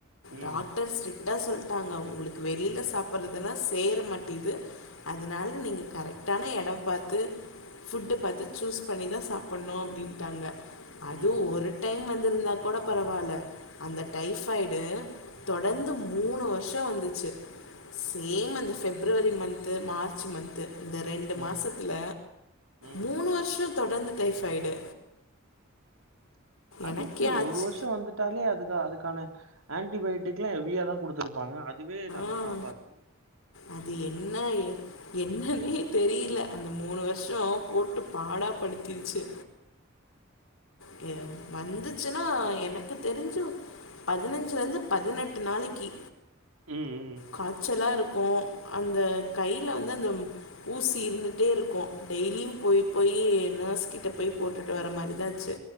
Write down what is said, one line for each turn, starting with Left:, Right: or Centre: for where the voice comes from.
Right: ம்.
Left: டாக்டர்ஸ் கரெக்டா சொல்டாங்க உங்களுக்கு வெளியில சாப்புறதுல்லா சேர மாட்டிகுது அதனால நீங்க கரெக்டான எடோம் பாத்து ஃபுட்டு பாத்து சூஸ் பண்ணிதா சாப்புன்னு அப்டின்டாங்க அது
Right: ம்.
Left: ஒரு டைம் வந் இருந்தா கூட பரவால்ல அந்த டைஃபாய்டு தொடர்ந்து மூணு வருஷோ வந்துச்சு சேம் அந்த பெஃப்ரவரி மந்த் து மார்ச் மந்த்து இந்த ரெண்டு
Right: ம்.
Left: மாசத்துல
Right: ம்.
Left: மூணு வருஷோ தொடர்ந்து டைஃபாய்டு
Right: அது
Left: எனக்கே
Right: எப்டி
Left: ஆச்சு
Right: ஒரு வருஷோ வந்துட்டாலே அதுக்கு அது க்கான ஆன்டிபயேட்டிக்லா ஹெவியாதா குடுத்துருப்பாங்க அதுவே நல்லா
Left: ஆ
Right: காப்பாத்து
Left: அது என்ன என்னன்னே தெரியில அந்த மூணு வருஷோ போட்டு பாடா படுத்திருச்சு கே வந்துச்சுன்னா எனக்கு தெரிஞ்சு பதினஞ்சுல இருந்து பதினெட்டு நாளைக்கு
Right: ம். ம்.
Left: காச்சலா இருக் இருக்கு அந்த கையில வந்து அந்த ஊசி இருந்துட்டே இருக்கு டெய்லியும் போயி போயி நர்ஸ்கிட்ட போயி போட்டுட்டு வர மாரிதா ஆச்சு